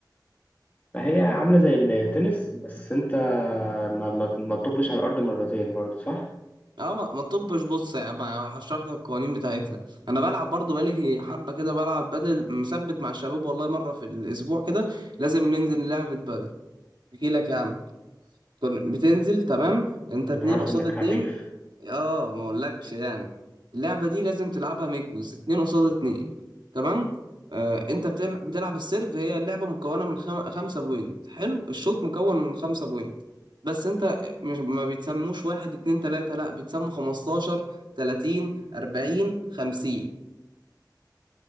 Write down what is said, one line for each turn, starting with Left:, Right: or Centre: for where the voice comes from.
Left: فهي عامله زي التنس بس انت ما ما ما تطبش على الارض مرتين برضه صح
Right: اه ما ما تطبش بص يا عم هشرح لك القوانين بتاعتها انا بلعب برضه بقالي حبه كده بلعب بدل مثبت مع الشباب والله مره في الاسبوع كده لازم ننزل لعبه بدل احكي لك يا عم كن- بتنزل تمام انت اتنين
Left: انا عارف
Right: قصاد
Left: انك
Right: اتنين
Left: حريف
Right: اه ما اقولكش يعني اللعبه دي لازم تلعبها ميجوز اتنين قصاد اتنين تمام آه انت بتلعب, بتلعب السيرف هي اللعبه مكونه من خم... خمسه بوينت حلو الشوط مكون من خمسه بوينت بس انت مش ما بيتسموش واحد اتنين تلاته لا بيتسموا 15 30 40 50